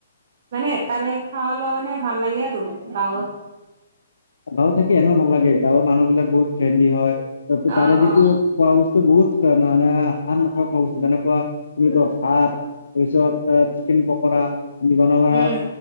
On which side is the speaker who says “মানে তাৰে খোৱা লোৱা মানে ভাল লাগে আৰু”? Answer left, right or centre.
Right